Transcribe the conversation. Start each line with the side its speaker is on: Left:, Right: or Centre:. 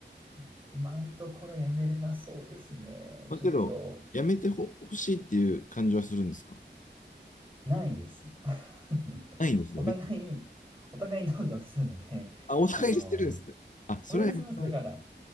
Right: <laughs> 今のところやめれなそうですね。
Left: まあけど、
Right: ちょっと。
Left: やめてほ、欲しいっていう感じはするんですか
Right: ないです。<laughs>
Left: ないんですね。
Right: お互い、
Left: 別に。
Right: お互いどんどん吸うので、
Left: あ、お互いしてるんですね。
Right: あの、
Left: あ、それはやめてない。
Right: お互い吸います。だから、